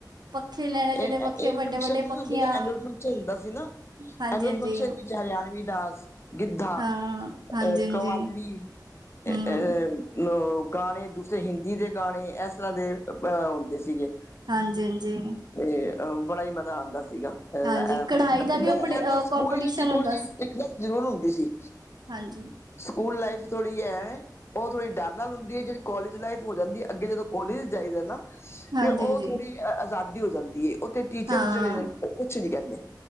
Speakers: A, on the right; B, on the left.
A: ਪੱਖੇ ਲੈਣੇ
B: ਇਹ
A: ਜਿਹੜੇ ਵੱਖੇ
B: ਇਹ ਫੰਕਸ਼ਨ
A: ਵੱਡੇ ਵੱਡੇ
B: ਨਾ,
A: ਪੱਖੀਆਂ
B: ਜਦੋਂ ਐਨੂਅਲ ਫੰਕਸ਼ਨ ਹੁੰਦਾ ਸੀ ਨਾ।
A: ਹਾਂਜੀ
B: ਐਨੂਅਲ
A: ਹਾਂਜੀ
B: ਫੰਕਸ਼ਨ ਵਿੱਚ, ਹਰਿਆਣਵੀ ਡਾਂਸ, ਗਿੱਧਾ
A: ਹਾਂ ਹਾਂਜੀ
B: ਅ
A: ਹਾਂਜੀ
B: ਕਵਾਲੀ। ਅ,
A: ਹਮ
B: ਗਾਣੇ ਦੂਸਰੇ ਹਿੰਦੀ ਦੇ ਗਾਣੇ, ਇਸ ਤਰ੍ਹਾਂ ਦੇ ਅਹ ਹੁੰਦੇ ਸੀ। ਸੀਗੇ।
A: ਹਾਂਜੀ- ਹਾਂਜੀ।
B: ਤੇ, ਬੜਾ ਹੀ ਮਜ਼ਾ ਆਉਂਦਾ ਸੀਗਾ, ਇਹਨਾਂ
A: ਹਾਂਜੀ ਕਢਾਈ ਦਾ ਵੀ ਉਹ
B: ਸਕੂਲ
A: ਕੰਪੀਟੀਸ਼ਨ
B: ਵਿੱਚ
A: ਹੁੰਦਾ
B: ਥੋੜੀ ਜੀ
A: ਸੀ
B: ਸਟਿੱਕਨੈਸ, ਜ਼ਰੂਰ ਹੁੰਦੀ ਸੀ।
A: ਹਾਂਜੀ।
B: ਸਕੂਲ, ਲਾਈਫ ਥੋੜੀ ਹੈ ਉਹ, ਥੋੜ੍ਹੀ ਡਰ ਨਾਲ ਹੁੰਦੀ ਹੈ। ਜਿਹੜੀ ਕੋਲੇਜ ਲਾਈਫ ਹੋ ਜਾਂਦੀ ਹੈ। ਅੱਗੇ, ਜਦੋਂ ਕੋਲੇਜ ਜਾਈਦਾ ਨਾ
A: ਹਾਂਜੀ
B: ਤੇ, ਉਹ
A: ਹਾਂਜੀ
B: ਥੋੜੀ ਆਜ਼ਾਦੀ ਹੋ ਜਾਂਦੀ ਹੈ। ਉਥੇ ਟੀਚਰ
A: ਹਾਂ
B: ਜਿਹੜੇ ਨੇ, ਉਹ ਕੁਛ ਨੀ ਕਹਿੰਦੇ।